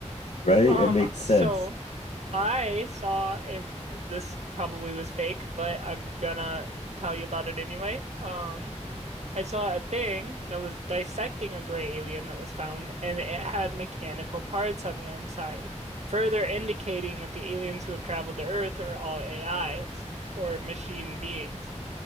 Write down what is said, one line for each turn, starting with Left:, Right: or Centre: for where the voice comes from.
Left: right?
Right: Um,
Left: It makes sense.
Right: so I saw a this probably was fake, but I'm gonna tell you about it anyway. Um, I saw a thing that was dissecting a gray alien that was found, and it had mechanical parts on the inside, further indicating that the aliens who have traveled to Earth are all AIs or machine beings,